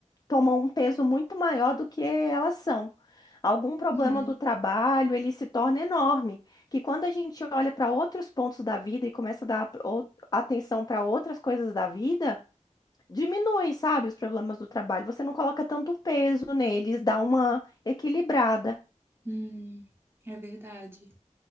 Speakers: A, on the left; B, on the right.
A: tomam um peso muito maior do que elas são. Algum problema
B: Uhum.
A: do trabalho, ele se torna enorme, que quando a gente olha para outros pontos da vida e começa a dar ou- atenção para outras coisas da vida, diminui, sabe, os problemas do trabalho. Você não coloca tanto peso neles, dá uma equilibrada.
B: Hum, é verdade.